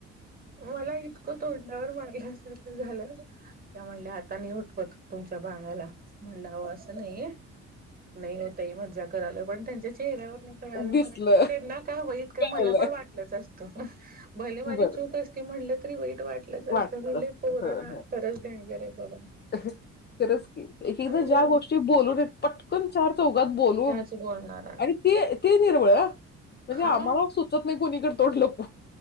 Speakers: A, on the right; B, on the left.
A: मला इतकं तोंडावर मारल्या सारखं झालं. त्या म्हणाल्या आता नाही उठवत तुमच्या बाळाला म्हणलं आव असं नाहीय नाही ओ ताई मज्जा करायलो पण त्यांच्या चेहऱ्यावरन कळालं
B: दिसलं
A: मला की त्यांना काय वाईट का मला
B: कळलं.
A: पण वाटलंच असत अ भले माझी
B: बरं
A: चूक असती म्हटलं तरी वाईट वाट <unintelligible>
B: वाटलं
A: पोरं
B: हं
A: ना खरंच डेंजर आहेत बाबा!
B: हं खरंच की इथ
A: आणि
B: ज्या गोष्टी बोलून पट् पटकन चार चौघात बोलून
A: त्याच बोलणार
B: आणि ते ते निर्मळ आ म्हणजे
A: हा
B: आम्हाला सु सुचत नाही कोणीकडे तोंड लपवू.